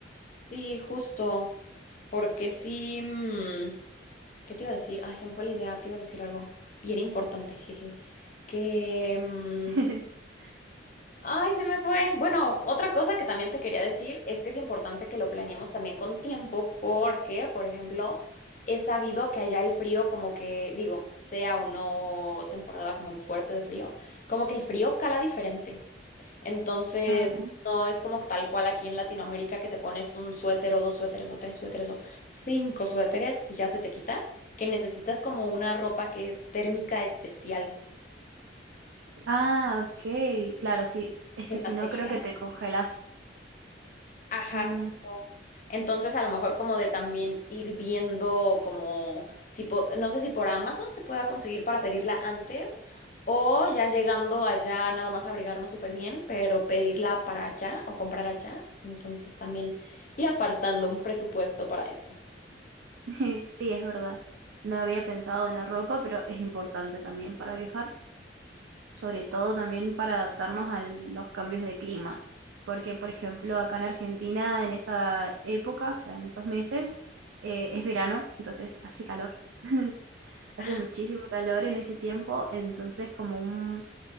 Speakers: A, on the left; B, on the right.
A: Sí, justo. Porque sí. mm, ¿Qué te iba a decir? Ay, se me fue la idea, te iba a decir algo. Y era importante, jeje. Que. mm,
B: <laughs>
A: Ay, se me fue. Bueno, otra cosa que también te quería decir es que es importante que lo planeemos también con tiempo porque, por ejemplo, he sabido que allá el frío como que, digo, sea o no temporada como fuerte de frío, como que el frío cala diferente. Entonces,
B: Ah,
A: no es como tal cual aquí en Latinoamérica que te pones un suéter o dos suéteres o tres suéteres o cinco suéteres y ya se te quita, que necesitas como una ropa que es térmica especial
B: ah, ok, claro, sí. Es
A: de
B: que si
A: material.
B: no, creo que te congelas.
A: Ajá,
B: Mm,
A: justo. Entonces, a lo mejor como de también ir viendo como si po- no sé si por Amazon se pueda conseguir para pedirla antes o ya llegando allá nada más abrigarnos súper bien, pero pedirla para allá o comprar allá. Entonces, también ir apartando un presupuesto para eso.
B: <laughs> Sí, es verdad. No había pensado en la ropa, pero es importante también para viajar, sobre todo también para adaptarnos a los cambios de clima, porque por ejemplo acá en Argentina en esa época, o sea, en esos meses, eh, es verano, entonces hace calor, <laughs> hace
A: Ah,
B: muchísimo calor en ese tiempo, entonces como un,